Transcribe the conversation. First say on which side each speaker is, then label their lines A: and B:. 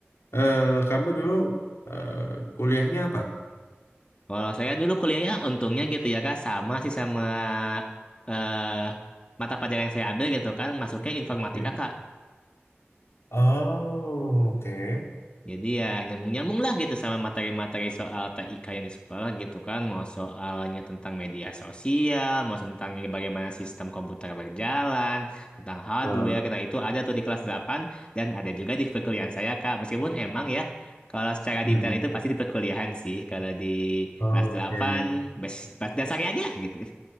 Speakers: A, on the left; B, on the left.
A: eh, kamu dulu eh, kuliahnya apa?
B: Kalau saya dulu kuliahnya untungnya gitu ya kak, sama sih sama eh mata pelajaran yang saya ambil gitu kan, masuknya informatika
A: Oke.
B: kak.
A: Oh, oke.
B: Jadi ya nyambung-nyambung lah gitu sama materi-materi soal TIK yang di sekolah gitu kan. Mau soalnya tentang media sosial, mau tentang bagaimana sistem komputer berjalan, tentang hardware.
A: Betul.
B: Nah itu ada tuh di kelas 8 dan ada juga di perkuliahan saya Kak. Meskipun emang ya kalau secara
A: Mm-mm.
B: detail itu pasti di perkuliahan sih. Kalau di
A: Oh,
B: kelas 8
A: Oke,
B: basis, bas- dasarnya aja lah gitu.